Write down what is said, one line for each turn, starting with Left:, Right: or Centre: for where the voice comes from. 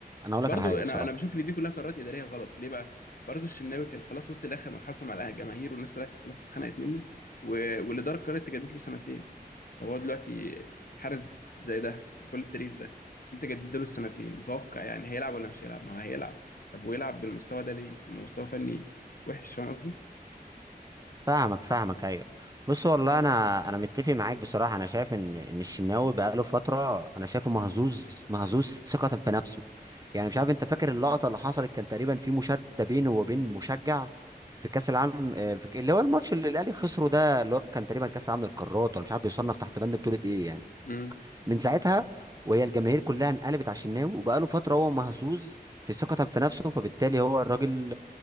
Right: انا اقول
Left: برضو
Right: لك على حاجه
Left: انا
Right: بصراحه
Left: انا بشوف ان دي كلها قرارات اداريه غلط ليه بقى برضو الشناوي كان خلاص وصل لاخر مرحلته مع الجماهير والناس كلها كانت خلاص اتخنقت منه و... والاداره قررت تجدد له سنتين طب هو دلوقتي حارس زي ده بكل التاريخ ده انت جددت له السنتين متوقع يعني هيلعب ولا مش هيلعب ما هو هيلعب طب ويلعب بالمستوى ده ليه طب ما هو مستوى فني وحش فاهم قصدي
Right: فاهمك فاهمك ايوه بص والله انا انا متفق معاك بصراحه انا شايف ان ان الشناوي بقاله فتره انا شايفه مهزوز مهزوز ثقه في نفسه يعني مش عارف انت فاكر اللقطه اللي حصلت كان تقريبا في مشاده بينه وبين مشجع في كاس العالم آه، في- ك- اللي هو الماتش اللي الاهلي خسره ده اللي هو كان تقريبا كاس العالم للقارات ولا مش عارف بيصنف تحت بند بطوله ايه يعني
Left: امم
Right: من ساعتها وهي الجماهير كلها انقلبت على الشناوي وبقاله فتره هو مهزوز في ثقته في نفسه فبالتالي هو الراجل